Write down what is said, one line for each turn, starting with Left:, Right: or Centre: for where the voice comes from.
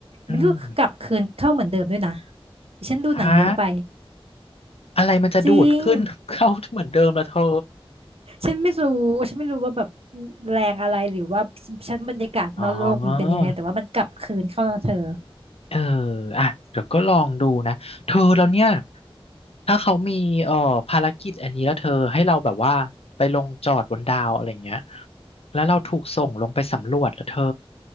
Left: อืม
Right: มันก็กลับคืนเข้าเหมือนเดิมด้วยนะฉันดูหนังเยอะไป
Left: ฮะอะไรมันจะดูดขึ้น
Right: จริง
Left: <laughs> เข้าเหมือนเดิมละเธอ
Right: ฉันไม่รู้ฉันไม่รู้ว่าแบบแรงอะไรหรือว่าชั้นบรรยากาศนอกโลกมันเป็นยังไงแต่ว่ามันกลับคืนเข้านะเธอ
Left: อ๋อ เอออ่ะเดี๋ยวก็ลองดูนะเธอแล้วเนี่ยถ้าเขามีเอ่อภารกิจอันนี้แล้วเธอให้เราแบบว่าไปลงจอดบนดาวอะไรเงี้ยแล้วเราถูกส่งลงไปสำรวจแล้วเธอ